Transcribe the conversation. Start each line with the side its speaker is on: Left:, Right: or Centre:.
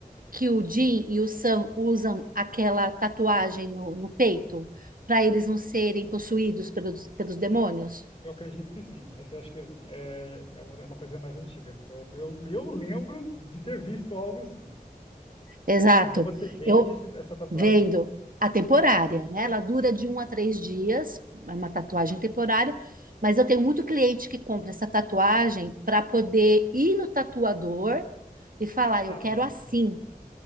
Right: que o Jim e o Sam usam aquela tatuagem no, no peito para eles não serem possuídos pelos, pelos demônios?
Left: Eu acredito que sim. Essa eu acho que é, é uma é uma coisa mais antiga. Eu, eu, eu lembro de ter visto algo assim.
Right: Exato.
Left: Então você vende
Right: Eu
Left: esse- essa tatuagem.
Right: vendo a temporária, né? Ela dura de um a três dias, é uma tatuagem temporária, mas eu tenho muito cliente que compra essa tatuagem para poder ir no tatuador e falar: eu
Left: Ah,
Right: quero assim,